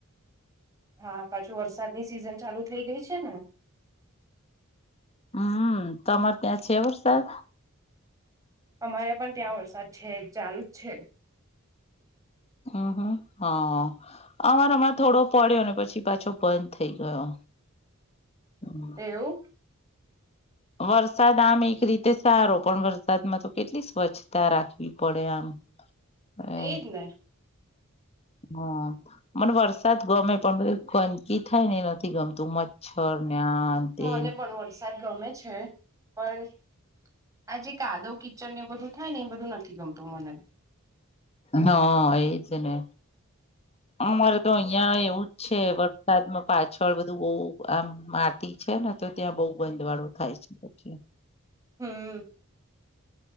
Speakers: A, on the right (about 15°); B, on the left (about 30°).
A: હા, પાછું વરસાદની સિઝન ચાલુ થઇ ગઈ છે ને.
B: હમ્મ, તમારે ત્યાં છે વરસાદ?
A: અમારે પણ ત્યાં વરસાદ છે, ચાલુ જ છે.
B: હમ્મ હમ્મ હા અમાર હમાર થોડો પડ્યો ને પછી પાછો બંધ થઈ ગયો. હમ
A: એવું?
B: વરસાદ આમ એક રીતે સારો પણ વરસાદમાં તો કેટલી સ્વચ્છ તા રાખવી પડે આમ. એ
A: એદને.
B: હા. મને વરસાદ ગમે પણ બધું ગંદકી થાય ને નથી ગમતું મચ્છર ને આ તે
A: મને પણ વરસાદ ગમે છે. પણ આ જે કાદવ કીચડ ને એ બધું થાય ને એ બધું નથી ગમતું મને.
B: હા, એજ ને અમારે તો અહિયાં એવું છે વરસાદમાં પાછળ બધું બહુ આમ માટી છે ને તો ત્યાં બહુ ગંધવાળો થાય છે. છે.
A: હમ્મ.